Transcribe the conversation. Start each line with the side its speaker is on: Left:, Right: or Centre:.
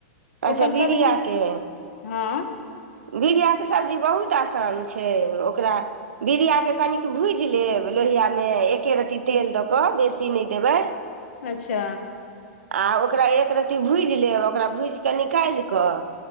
Left: तऽ
Right: अच्छा
Left: ओकर
Right: बीड़ियाके
Left: सबजी हँ
Right: बीड़ियाके सब्जी बहुत आसान छै ओकरा बीरियाके कनिक भूजि लेब लोहियामे एके रत्ती तेल दऽ कऽ बेसी नहि देबै
Left: अच्छा
Right: आ ओकरा एक रती भूजि लेब ओकरा भूजि कऽ निकालि कऽ